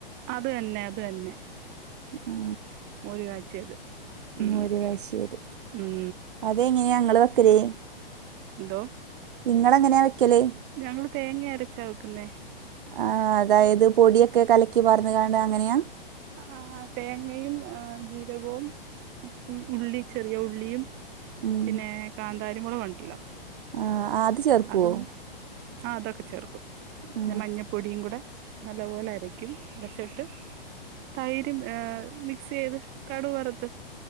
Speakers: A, on the right; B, on the right.
A: അത് തന്നെ അത് തന്നെ.
B: ആ
A: മോര് കാച്ചിയത്. ഉം,
B: മോര് കാച്ചിയത്
A: ഉം
B: അതെങ്ങനെയാ ഇങ്ങള് വെക്കല്?
A: ന്തൊ
B: നിങ്ങളെങ്ങനെ വെക്കല്?
A: ഞങ്ങള് തേങ്ങയരച്ചാ വെക്കുന്നേ.
B: ആ അതായത് പൊടിയൊക്കെ കലക്കി പാർന്ന്ങ്ങാണ്ട് അങ്ങനെയാ?
A: ആഹ് തേങ്ങയും ആഹ് ജീരകവും ഉ ഉള്ളി ചെറിയ ഉള്ളിയും
B: ഉം
A: പിന്നെ കാന്താരിമുളകുണ്ടല്ലോ
B: ആ ആ, അത് ചേർക്കുവോ
A: അതും ആ അതൊക്കെ ചേർക്കും. പിന്നെ
B: ആ
A: മഞ്ഞപ്പൊടിയും കൂടെ നല്ലപോലെ അര ക്കും അരച്ചിട്ട് തൈര് ഏഹ് മിക്സെയ്ത് കടുവറുത്ത്